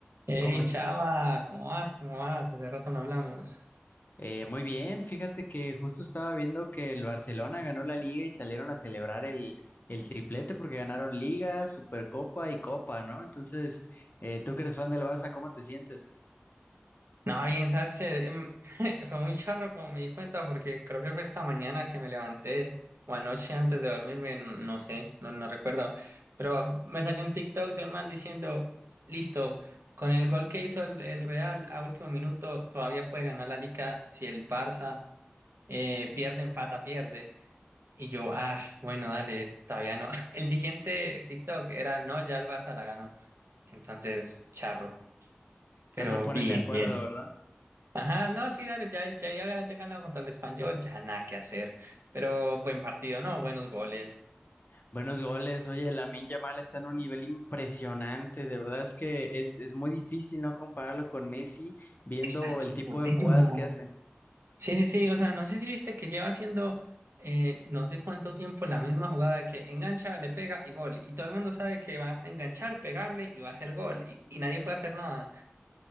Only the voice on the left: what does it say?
¿Cómo es?
Eh, muy bien, fíjate que justo estaba viendo que el Barcelona ganó la liga y salieron a celebrar el, el triplete porque ganaron Liga, Supercopa y Copa, ¿no? Entonces, eh, tú que eres fan del Barça, ¿cómo te sientes?
No se ponen
de acuerdo,
¿verdad?
Buenos goles, oye, Lamine Yamal está en un nivel impresionante, de verdad es que es, es muy difícil no compararlo con Messi viendo
el tipo
de jugadas que hace.